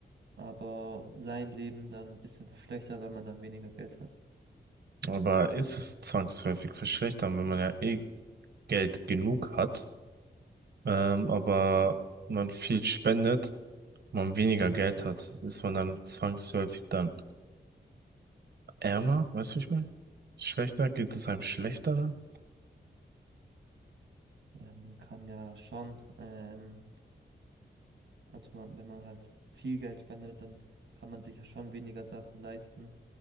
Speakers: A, on the right (about 80°); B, on the right (about 60°).
A: aber sein Leben dann ein bisschen verschlechtert, weil man dann weniger Geld hat.
B: Aber ist es zwangsläufig verschlechtern, wenn man ja eh Geld genug hat, ähm, aber man viel spendet, man weniger Geld hat, ist man dann zwangsläufig dann ärmer, weißt du, wie ich meine? Schlechter, geht es einem schlechter dann?
A: Ja, man kann ja schon ähm, Also man, wenn man halt viel Geld spendet, dann kann man sich ja schon weniger Sachen leisten,